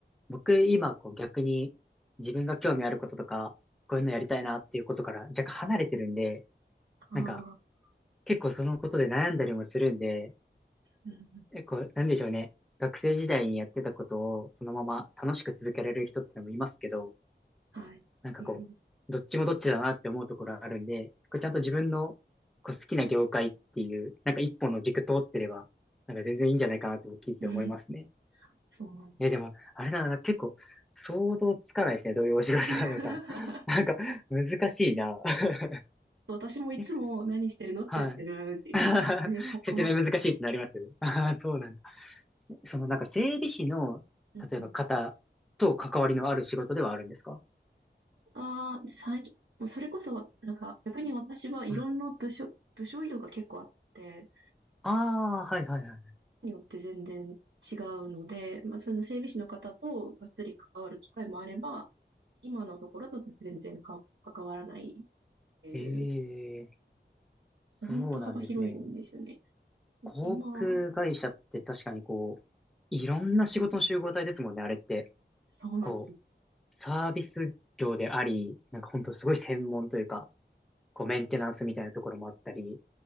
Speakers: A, in the centre; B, on the right.
A: 僕今こう逆に自分が興味あることとか、こういうのやりたいなっていうことから若干離れてるんで、
B: ああ、
A: なんか結構そのことで悩んだりもするんで、
B: うん、
A: 結構なんでしょうね。学生時代にやってたことをそのまま楽しく続けられる人ってのもいますけど、
B: はい。
A: なんかこう、
B: うん、
A: どっちもどっちだなって思うところあるんで、これちゃんと自分のこう好きな業界っていう、なんか一本の軸通ってれば、なんか全然いいんじゃないかなと僕聞いて思いますね。
B: <laughs> そう。
A: え、でも、あれだな、結構、想像つかないですね。どういうお仕事なのか。
B: <laughs>
A: <laughs> なんか、難しいな。<laughs>
B: 私もいつも何してるのって言われて、
A: え、はい。
B: って言って説明困るんですけ
A: <laughs> 説明難しいってなります <laughs> ああ、そうなんだ。その、なんか、整備士の、
B: ど。うんうん
A: 例えば方と関わりのある仕事ではあるんですか
B: ああ、最近、もうそれこそ、なんか逆に私はいろんな部署、
A: はい。
B: 部署色が結構あって、
A: ああ、はいはいは
B: によって全然違うので、まあその整備士の方とがっつり関わる機会もあれば、今のところだと全然か関わらないっていう、
A: い。ええ、そうなんですね。
B: 本当幅広いんですよね。
A: 航空会社って確かにこう、
B: 今、
A: いろんな仕事の集合体ですもんね、あれって。
B: そうなんです。
A: こう、サービス業であり、なんかほんとすごい専門というか、こうメンテナンスみたいなところもあったり、